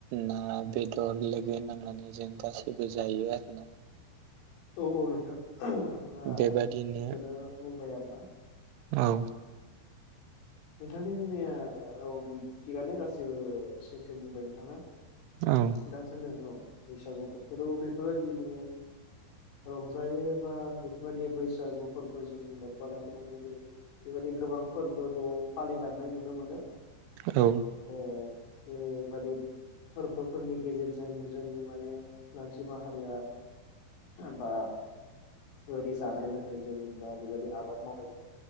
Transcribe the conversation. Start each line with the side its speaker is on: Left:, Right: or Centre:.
Right: ना बेदर लोगो नांनानै जों गासैबो जायो आरो ना।
Left: औ औ नोंथां नोंथाङा
Right: बेबादिनो
Left: थिगखौनो बुंबाय आरोना।
Right: औ।
Left: नोंथांनि बुंनाया औ बि थिगानो गासैबो सैथो बुंबाय नोंथाङा।
Right: औ
Left: दा जोङो बैसागु बोथोराव बेफोरबायदि नों रंजायो बा बेफोर बादि बैसागु फोरबो जों लोब्बा लाखिनानै जों बेबायादि गोबां फोरबोखौ फालिलांनाय नुनो मोनो।
Right: औ।
Left: औ बेबादि फोरबोफोरनि गेजेरजों जोंनि माने मानसि माहारिआ बा बेबायदि जानाय लोंनायजों बा बेबायदि आबाद मावनायजों